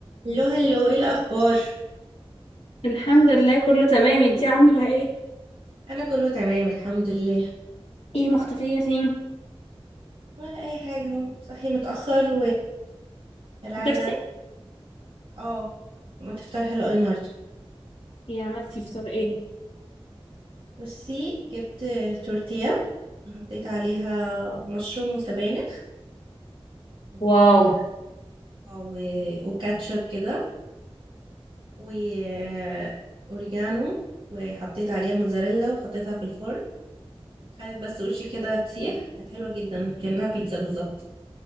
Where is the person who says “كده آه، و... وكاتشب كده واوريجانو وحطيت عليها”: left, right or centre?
Right